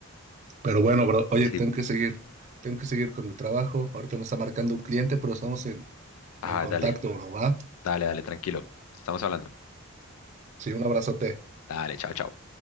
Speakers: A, on the right (about 35°); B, on the left (about 80°).
A: Pero bueno, bro, oye,
B: Sí.
A: tengo que seguir, tengo que seguir con mi trabajo. Ahorita me está marcando un cliente, pero estamos en,
B: Ah,
A: en contacto,
B: dale,
A: bro, ¿va?
B: dale, dale, tranquilo. Estamos hablando.
A: Sí, un abrazote.
B: Dale, chao, chao.